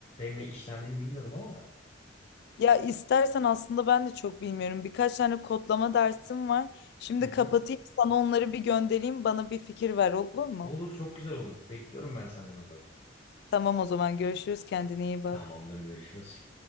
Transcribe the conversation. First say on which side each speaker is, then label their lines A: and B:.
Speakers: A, on the left; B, on the left.
A: ne işlendiğini bilmiyorum ama.
B: Ya istersen aslında ben de çok bilmiyorum. Birkaç tane kodlama dersim var. Şimdi
A: Hı hı.
B: kapatayım sana onları bir göndereyim. Bana bir fikir ver olur mu?
A: Olur çok güzel olur. Bekliyorum ben senden o zaman.
B: Tamam o zaman görüşürüz. Kendine iyi bak.
A: Tamamdır görüşürüz.